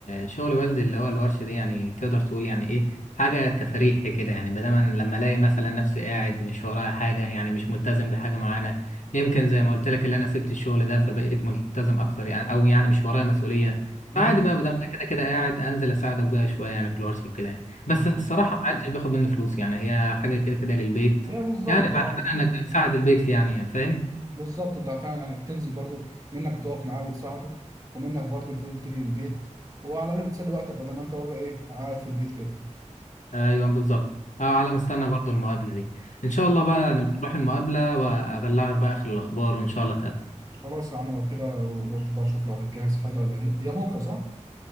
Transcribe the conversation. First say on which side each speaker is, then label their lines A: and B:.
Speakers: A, on the left; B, on the right.
A: شغل والدي اللي هو الورشة دي يعني تقدر تقول يعني ايه حاجة تفريحي كده يعني بدل ما- لما الاقي مثلا نفسي قاعد مش ورايا حاجة يعني مش ملتزم بحاجة معينة يمكن زي ما قلت لك اللي انا سبت الشغل ده فبقيت ملتزم اكتر يعني او يعني مش ورايا مسؤولية
B: مم.
A: فعادي بقى بدل ما انا كده كده قاعد انزل اساعد ابويا شوية يعني في الورشة وكده يعني
B: بص-
A: بس الصراحة ما عدتش باخد منه فلوس يعني هي حاجة كده كده للبيت
B: هي بالظبط
A: يعني بعتبرها
B: اه
A: انك بتساعد البيت يعني فاهم
B: بالظبط انت فعلا يعني بتنزل برضو منك بتقف معاه وتساعده ومنك برضو الفلوس بتيجي للبيت وعلى الاقل بتسلي وقتك بدل ما انت برضو ايه قاعد في البيت كده
A: ايوه بالظبط اه على مستنى برضو المقابله دي ان شاء
B: صح
A: الله بقى نبقى نروح المقابله وابلغك بقى اخر الاخبار وان شاء الله تقابل
B: خلاص يا عم لو كده رو- روح بقى شوف لو هتجهز حاجه ولا هي هي بكره صح